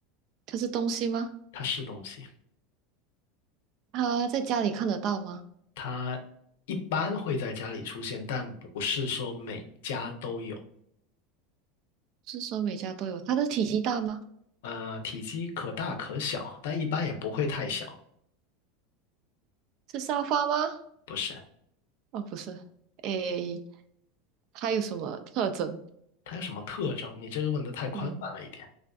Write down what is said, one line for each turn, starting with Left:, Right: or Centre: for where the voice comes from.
Right: 它是东西吗？
Left: 它是东西，
Right: 它在家里看得到吗？
Left: 它一般会在家里出现，但不是说每家都有。
Right: 是说每家都有？它的体积大吗？
Left: 呃，体积可大可小，但一般也不会太小。
Right: 是沙发吗？
Left: 不是，
Right: 哦，不是。诶，它有什么特征？
Left: 它有什么特征？你这个问的太宽泛了一点，
Right: 嗯，